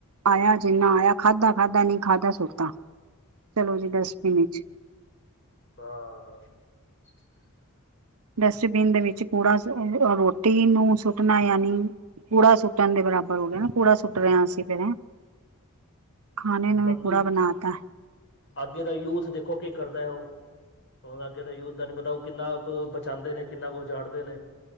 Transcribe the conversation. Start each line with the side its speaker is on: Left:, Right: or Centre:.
Right: ਆਇਆ, ਜਿੰਨਾ ਆਇਆ ਖਾਧਾ-ਖਾਧਾ ਨਹੀਂ ਖਾਧਾ ਸੁੱਟਤਾ ਚਲੋ ਜੀ, ਡਸਟਬਿਨ'ਚ
Left: ਹਾਂ
Right: ਡਸਟਬਿਨ ਦੇ ਵਿੱਚ ਕੂੜਾ, ਰੋਟੀ ਨੂੰ ਸੁੱਟਣਾ ਯਾਨੀ ਕੂੜਾ ਸੁੱਟਣ ਦੇ ਬਰਾਬਰ ਹੋ ਗਿਆਏ, ਨਾ ਕੂੜਾ ਸੁੱਟ ਰਹੇ ਹਾਂ। ਅਸੀਂ ਫੇਰ ਹੈਂ। ਖਾਣੇ ਨੂੰ
Left: ਬਾਕੀ
Right: ਵੀ ਕੂੜਾ ਬਣਾ ਤਾ
Left: ਅੱਗੇ ਦਾ, ਯੂਥ ਦੇਖੋ ਕੀ ਕਰਦਾ, ਉਹ। ਹੁਣ ਅੱਗੇ ਤਾਂ ਯੂਥ ਦਾ ਨੀ ਪਤਾ, ਉਹ ਕਿੰਨਾ ਕੁ ਬਚਾਂਦੇ ਨੇ, ਕਿੰਨਾ ਕੁ ਉਜਾੜਦੇ ਨੇ।